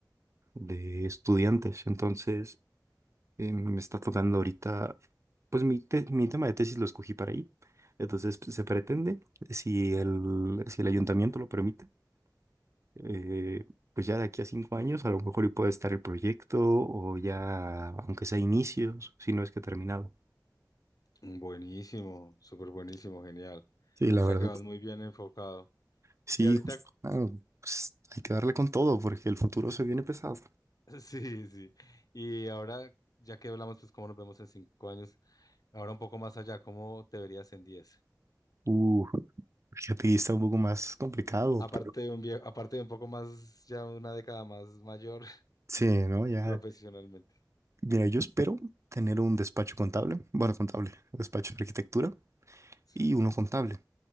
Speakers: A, on the right; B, on the left.
A: de estudiantes. Entonces, eh, me está tocando ahorita, pues mi, te- mi tema de tesis lo escogí para ahí. Entonces pues, se pretende, si el, si el ayuntamiento lo permite, eh, pues ya de aquí a cinco años a lo mejor y puede estar el proyecto o ya, aunque sea inicios, si no es que terminado.
B: Buenísimo, súper buenísimo, genial.
A: Sí, la
B: O sea
A: verdad.
B: que vas muy bien enfocado.
A: Sí,
B: Y ahorita,
A: justo.
B: cu-
A: Ah, pues hay que darle con todo porque el futuro se viene pesado.
B: <laughs> sí, sí. Y ahora, ya que hablamos, pues cómo nos vemos en cinco años, ahora un poco más allá, ¿cómo te verías en diez?
A: Uh, fíjate, y está un poco más complicado,
B: Aparte
A: pero
B: de un vie- aparte de un poco más, ya una década más mayor <laughs>
A: sí, ¿no? Ya
B: profesionalmente.
A: Mira, yo espero tener un despacho contable, bueno, contable, despacho de arquitectura
B: Sí.
A: y uno contable.